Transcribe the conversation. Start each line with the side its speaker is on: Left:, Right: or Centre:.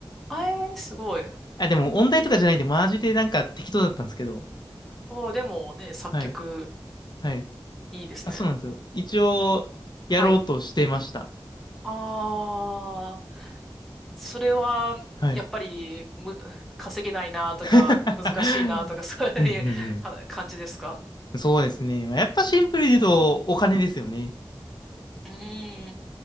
Centre: あえー、すごい。へ
Left: あ、でも音大とかじゃないんで、
Centre: ー。
Left: マジでなんか適当だったんですけど、
Centre: おー、でもね、作曲、
Left: はい。はい。
Centre: いいですね。
Left: あ、そうなんですよ。一応、
Centre: はい。
Left: やろうとしてました。
Centre: あー、それは、
Left: はい。
Centre: やっぱり、む、稼げないなとか、
Left: <laughs>
Centre: 難しいなとか、そういうは
Left: うんうん
Centre: <laughs> 感じですか
Left: うん。そうですね。まあやっぱシンプルに言うと、
Centre: うん。う
Left: お金ですよね。
Centre: ーん。